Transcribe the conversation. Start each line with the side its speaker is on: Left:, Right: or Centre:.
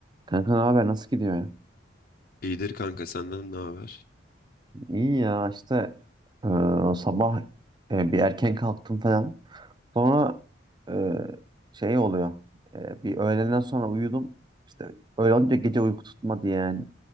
Right: Kanka ne haber? Nasıl gidiyor? ya?
Left: İyidir kanka senden ne haber
Right: İyi ya işte e, sabah e, bir erken kalktım falan. Sonra e, şey oluyor. E, bir öğleden sonra uyudum. İşte öyle olunca gece uyku tutmadı yani.